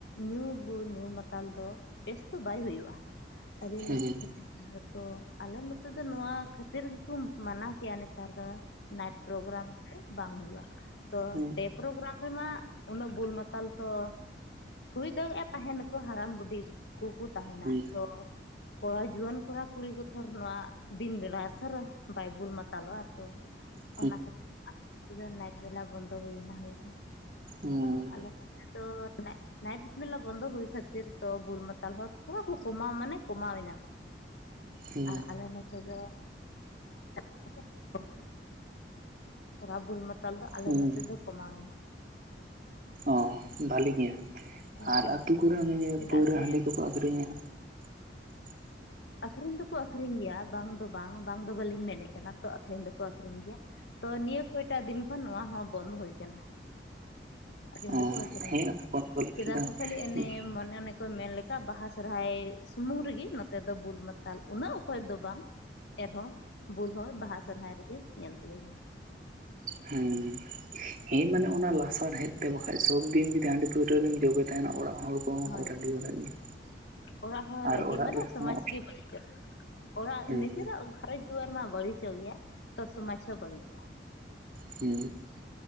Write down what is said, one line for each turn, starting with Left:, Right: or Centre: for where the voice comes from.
Left: ᱧᱩ ᱵᱩᱞ ᱧᱩ ᱢᱟᱛᱟᱞ ᱫᱚ ᱵᱮᱥ ᱫᱚ ᱵᱟᱭ ᱦᱩᱭᱩᱜᱼᱟ ᱟᱹᱞᱤᱧ
Right: ᱦᱩᱸ
Left: ᱞᱟᱹᱜᱤᱫ ᱠᱷᱟᱹᱛ ᱡᱚᱛᱚ ᱟᱞᱮ ᱱᱚᱛᱮ ᱫᱚ ᱱᱚᱣᱟ ᱠᱷᱟᱹᱛᱤᱨ ᱜᱮᱠᱚ ᱢᱟᱱᱟ ᱠᱮᱜᱼᱟ ᱱᱮᱛᱟᱨ ᱫᱚ, ᱱᱟᱭᱤᱴ ᱯᱨᱳᱜᱨᱟᱢ ᱫᱚ ᱵᱟᱝ ᱦᱩᱭᱩᱜᱼᱟ ᱛᱚ
Right: ᱦᱩᱸ ᱦᱩᱸ
Left: ᱰᱮ ᱯᱨᱳᱜᱨᱟᱢ ᱨᱮᱢᱟ ᱩᱱᱟᱹᱜ ᱵᱩᱞ ᱢᱟᱛᱟᱞ ᱛᱚ ᱦᱩᱭ ᱫᱟᱲᱮᱭᱟᱜᱼᱟ ᱛᱟᱦᱮᱱ ᱦᱟᱲᱟᱢ ᱵᱩᱰᱷᱤ ᱠᱚᱠᱚ ᱛᱟᱦᱮᱱᱟ
Right: ᱦᱩᱸ
Left: ᱛᱚ ᱠᱚᱲᱟ ᱡᱩᱣᱟᱹᱱ ᱠᱚᱲᱟ ᱠᱩᱲᱤ ᱠᱚ ᱛᱷᱚᱨ ᱱᱚᱣᱟ ᱫᱤᱱ ᱵᱮᱲᱟ ᱛᱷᱚᱨ ᱵᱟᱭ ᱵᱩᱞ ᱢᱟᱛᱟᱞᱚᱜᱼᱟ ᱛᱚ
Right: <inaudible>
Left: ᱚᱱᱟ ᱠᱷᱟᱹᱛᱤᱨ ᱟᱞᱮ ᱱᱚᱛᱮ ᱫᱚ ᱱᱟᱭᱤᱴ ᱢᱮᱞᱟ ᱵᱚᱱᱫᱚ ᱦᱩᱭ ᱮᱱᱟ ᱦᱚᱭ ᱫᱚ
Right: ᱦᱩᱸ
Left: ᱟᱞᱮ ᱱᱚᱛᱮ ᱫᱚ ᱱᱟᱭᱤᱴ ᱢᱮᱞᱟ ᱵᱚᱱᱫᱚ ᱦᱩᱭ ᱠᱷᱟᱹᱛᱤᱨ ᱛᱚ ᱵᱩᱞ ᱢᱟᱛᱟᱞ ᱦᱚᱲ ᱛᱷᱚᱲᱟ ᱠᱚ ᱠᱚᱢᱟᱣ ᱢᱟᱱᱮ ᱠᱚᱢᱟᱣᱮᱱᱟ ᱠᱚ᱾
Right: ᱦᱩᱸ
Left: ᱟᱨ ᱟᱞᱮ ᱱᱚᱛᱮ ᱫᱚ, <unintelligible> ᱛᱷᱚᱨᱟ ᱵᱩᱞ ᱢᱟᱛᱟᱞ ᱫᱚ ᱟᱞᱮ
Right: ᱦᱩᱸ
Left: ᱱᱚᱛᱮ ᱫᱚ, ᱠᱚᱢᱟᱣ ᱮᱱᱟ
Right: ᱚ ᱵᱷᱟᱹᱞᱤ ᱜᱮᱭᱟ
Left: ᱦᱮᱸ
Right: ᱟᱨ ᱟᱹᱛᱩ ᱠᱚᱨᱮ
Left: ᱦᱮᱸ
Right: ᱚᱱᱮ ᱡᱮ
Left: ᱪᱮᱫᱟᱜ
Right: ᱯᱟᱹᱣᱨᱟᱹ
Left: ᱥᱮ
Right: ᱦᱟ. ᱰᱤ ᱠᱚᱠᱚ ᱟᱠᱷᱨᱤᱧᱟ? <inaudible>
Left: ᱟᱠᱠᱷᱨᱤᱧ ᱫᱚᱠᱚ ᱟᱠᱷᱨᱤᱧ ᱜᱮᱭᱟ ᱵᱟᱝ ᱫᱚ ᱵᱟᱝ ᱵᱟᱝ ᱫᱚ ᱵᱟᱹᱞᱤᱧ ᱢᱮᱱ ᱮᱫ ᱠᱟᱱᱟ ᱛᱚ ᱟᱠᱷᱨᱤᱧ ᱫᱚᱠᱚᱼᱼ ᱟᱠᱠᱷᱨᱤᱧ ᱜᱮᱭᱟ, ᱛᱚ ᱱᱤᱭᱟᱹ ᱠᱚ ᱮᱴᱟᱜ ᱫᱤᱱ ᱠᱷᱚᱱ ᱱᱚᱣᱟ ᱦᱚᱸ ᱵᱚᱱᱫ ᱦᱩᱭ ᱟᱠᱟᱱᱟ ᱾ ᱟᱠᱷᱨᱤᱧ
Right: ᱚ
Left: ᱫᱚᱠᱚ ᱟᱠᱷᱨᱤᱧ
Right: ᱦᱮᱸ ᱵᱚᱱᱫᱚ ᱞᱟᱹᱜᱤᱫ
Left: ᱪᱮᱫᱟᱜ
Right: ᱫᱚ
Left: ᱥᱮ ᱠᱷᱟᱹᱞᱤ ᱮᱱᱮᱢ
Right: ᱦᱩᱸ
Left: ᱢᱚᱱᱮᱼᱼ ᱠᱚ ᱢᱮᱱ ᱞᱮᱠᱟ ᱵᱟᱦᱟ ᱥᱚᱨᱦᱟᱭ ᱥᱩᱢᱩᱝ ᱨᱮᱜᱮ ᱱᱚᱛᱮ ᱫᱚ ᱵᱩᱞ ᱢᱟᱛᱟᱞ ᱩᱱᱟᱹᱜ ᱚᱠᱚᱡ ᱫᱚ ᱵᱟᱝᱼᱼ ᱮᱱᱦᱚᱸ ᱵᱩᱞ ᱦᱚᱲ ᱵᱟᱦᱟ ᱥᱚᱨᱦᱟᱭ ᱨᱮᱜᱮ ᱧᱮᱞ ᱛᱤᱭᱟᱹᱜᱟ᱾
Right: ᱦᱩ ᱦᱮᱸ ᱢᱟᱱᱮ ᱚᱱᱟ ᱞᱟᱥᱟᱲᱦᱮᱫ ᱛᱮ ᱵᱟᱠᱷᱟᱡ ᱥᱚᱵ ᱫᱤᱱ ᱡᱩᱫᱤ ᱦᱟᱹᱰᱤ ᱯᱟᱹᱣᱨᱟᱹ ᱨᱮᱢ ᱡᱚᱵᱮ ᱛᱟᱦᱮᱱᱟ ᱚᱲᱟᱜ ᱦᱚᱲ ᱠᱚᱦᱚᱸ
Left: ᱦᱳᱭ
Right: ᱠᱚ ᱨᱟᱹᱜᱤ ᱵᱟᱲᱟᱜ ᱜᱮᱭᱟ᱾
Left: ᱚᱲᱟᱜ ᱦᱚᱲ
Right: ᱟᱨ
Left: ᱨᱟᱹᱜᱤ
Right: ᱚᱲᱟᱜ
Left: ᱢᱟᱱᱮ
Right: ᱨᱮᱦᱚᱸ
Left: ᱥᱚᱢᱟᱡᱽ ᱜᱮ ᱵᱟᱹᱲᱤᱡᱚᱜ ᱚᱲᱟᱜ
Right: ᱦᱩᱸ
Left: ᱱᱤᱡᱮᱨᱼᱟᱜ ᱜᱷᱟᱨᱚᱸᱡᱽ ᱫᱩᱣᱟᱨ ᱢᱟ ᱵᱟᱹᱲᱤ ᱡᱚᱜ ᱜᱮᱭᱟ ᱛᱚ ᱥᱚᱢᱟᱡ ᱦᱚ ᱵᱟᱹᱲᱤᱡᱚᱜᱼᱟ ᱾
Right: ᱦᱩ